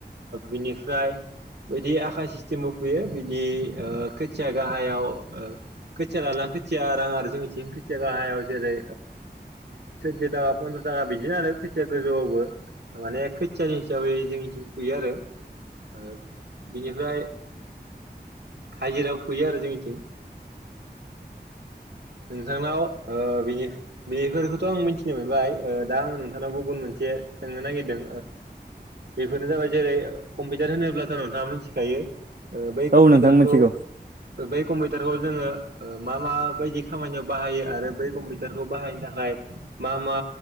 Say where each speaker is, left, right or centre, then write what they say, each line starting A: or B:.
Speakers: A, on the right; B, on the right.
A: बिनिफ्राय बिदि आखा सिस्टेमाव फैयो बिदि खोथिया गाहायाव खोथिया लाना खोथिया राङा आरो जोंनिथिं खोथिया गाहायाव जेरै सैद' थाखा फन्द्र' थाखा बिदिनो आरो खोथिया गोजौआवबो माने खोथियानि हिसाबै जोंनिथिं फुयो आरो ओ बिनिफ्राय हाजिराबो फुयो आरो जोंनिथिं नोंथांनावनि बेफोरखौथ' आं मिथिनो मोनबाय दा आं नोंथांनाव गुबुन मोनसे जे सोंनो नागिरदों बेफोरनो जाबाय जेरै कम्पिउटार होनोब्लाथ' नोंथाङा मिथिखायो। ओ बै कम्पिउटारखौ
B: औ नोंथां मिथिगौ
A: बै कम्पिउटारखौ जोङो मा मा बायदि खामानियाव बाहायो आरो बै कम्पिउटारखौ बाहायनो थाखाय मा मा